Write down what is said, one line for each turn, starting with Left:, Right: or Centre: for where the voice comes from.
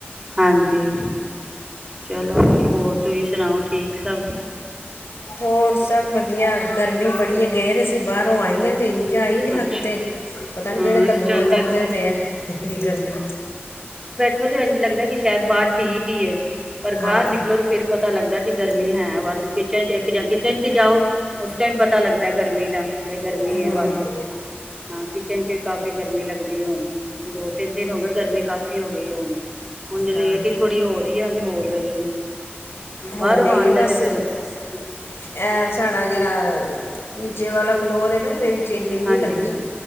Right: ਹਾਂਜੀ। ਚਲੋ, ਹੋਰ ਤੁਸੀਂ ਸੁਣਾਓ ਠੀਕ ਸਭ
Left: ਹੋਰ ਸਭ ਵਧੀਆ ਗਰਮੀ ਬੜੀ ਹੋ ਗਏ ਤੇ ਅਸੀਂ ਬਾਹਰੋਂ ਆਈ ਆ ਤੇ ਇੰਝ ਆਈ ਜਿਹਾ
Right: ਅੱਛਾ
Left: ਕਿਤੇ ਪਤਾ ਨੀ ਕਿਹੜੇ
Right: ਹਾਂ ਇਸ
Left: ਤੰਦੂਰ
Right: ਟਾਈਮ ਤੇ
Left: ਤਪਦੇ ਪਏ ਹੈ ਇਡੀ ਗਰਮੀ।
Right: ਉਹ ਤਾਂ ਇੰਜ ਲੱਗਦਾ ਕਿ ਸ਼ਾਇਦ ਬਾਹਰ ਠੀਕ ਹੀ ਏ। ਪਰ
Left: ਹਾਂ
Right: ਬਾਹਰ ਨਿਕਲੋ ਤਾਂ ਫਿਰ ਪਤਾ ਲੱਗਦਾ ਕਿ ਗਰਮੀ ਹੈ ਵਾਧੂ ਕਿੱਚ ਇੱਕ ਜਾਂ ਦਿਨ ਚ ਜਾਓ ਉਸ ਟਾਈਮ ਪਤਾ ਲੱਗਦਾ। ਗਰਮੀ ਦਾ ਵੀ ਗਰਮੀ
Left: ਹੂੰ
Right: ਐ ਵਾਧੂ ਹਾਂ ਕਿਚਨ ਚ ਕਾਫ਼ੀ ਗਰਮੀ ਲੱਗਦੀ ਹੁਣ ਦੋ ਤਿੰਨ ਦਿਨ ਹੋ ਗਏ ਗਰਮੀ ਕਾਫ਼ੀ ਹੋ ਗਈ ਹੁਣ। ਉੰਝ ਲੇਟ
Left: ਹਾਂ
Right: ਬੀ ਥੋੜੀ ਹੋ ਰਹੀ ਹੈ। ਹੋ ਗਈ ਹੈ। ਬਾਹਰੋਂ
Left: ਹੋ ਗਈ
Right: ਆਣ
Left: ਹੈ ਬਸ
Right: ਦਾ ਤੇ ਫੇਰ
Left: ਇਹ
Right: ਹੂੰ ਬਸ
Left: ਸਾਡਾ ਜਿਹੜਾ ਨੀਚੇ ਵਾਲਾ ਫਲੋਰ ਹੈ ਨਾ ਇਹਦੇ ਵਿੱਚ ਇੰਨੀ ਨਹੀਂ
Right: ਹਾਂਜੀ
Left: ਲੱਗਦੀ।